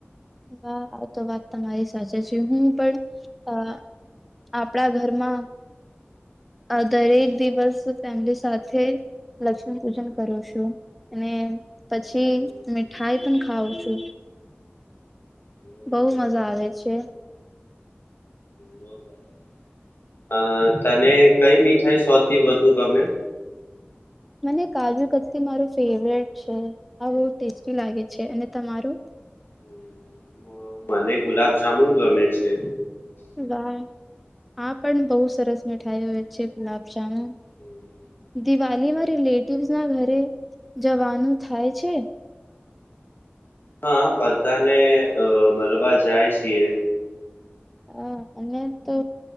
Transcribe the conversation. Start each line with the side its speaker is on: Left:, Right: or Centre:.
Centre: <unintelligible> તમારી સાચે છે હું પણ અ આપણા ઘરમાં અ દરેક દિવસ ફેમિલી સાથે લક્ષ્મી પૂજન કરું છું અને પછી
Left: હમ,
Centre: મીઠાઈ પણ ખાવ છું.
Left: બહુ
Centre: બવ મજા આવે છે.
Left: બો સારા અ તને કઈ મીઠાઈ સૌથી વધુ ગમે?
Centre: મને કાજુ કત્લી મારો ફેવરેટ છે આ બવ ટેસ્ટી લાગે છે અને તમારું?
Left: હમ, મને ગુલાબજામુન ગમે છે.
Centre: વાહ આ પણ બવ સરસ મિઠાઈ હોય છે ગુલાબ જામુન.
Left: હમ્મ.
Centre: દિવાલીમાં રિલેટિવ્સ ના ઘરે જવાનું થાય છે?
Left: હા બધાને અ મલવા જાય છીએ.
Centre: હા અને તો